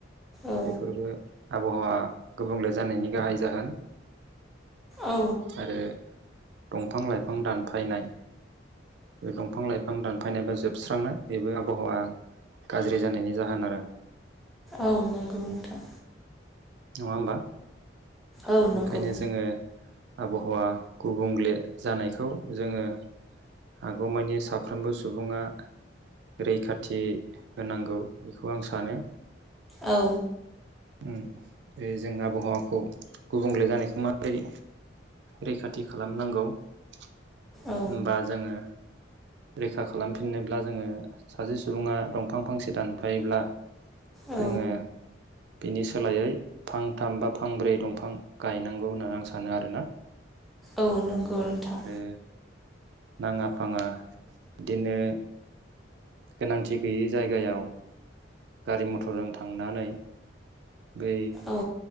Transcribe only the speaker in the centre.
औ
औ
औ नंगौ नोंथां।
औ
नंगौ
औ।
औ
औ
औ नंगौ नोंथां।
औ